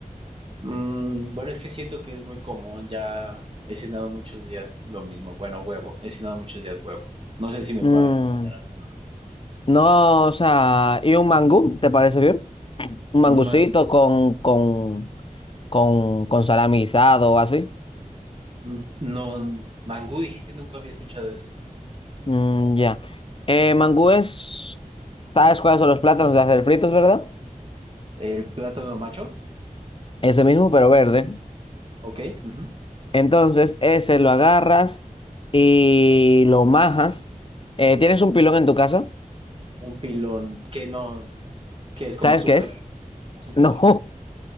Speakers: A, on the right; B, on the left.
A: Mm, bueno, es que siento que es muy común, ya he cenado muchos días lo mismo, bueno, huevo, he cenado muchos días huevo. No sé si me
B: Mm,
A: puedas recomendar alguna otra cosita.
B: no, o sea, ¿y un mangú? ¿Te parece bien? Un mangucito
A: ¿Un mangú?
B: con, con, con, con salami guisado o así.
A: Mm, No, mangú dijiste, nunca había escuchado eso.
B: Mm, ya. Eh, mangú es, ¿sabes cuáles son los plátanos de hacer fritos, verdad?
A: ¿El plátano macho?
B: Ese mismo, pero verde.
A: Ok. ujú.
B: Entonces, ese lo agarras y lo majas. Eh, ¿tienes un pilón en tu casa?
A: ¿Un pilón que no, que es como
B: ¿Sabes
A: azúcar?
B: qué es?
A: ¿Azúcar?
B: <laughs> No,
A: <laughs>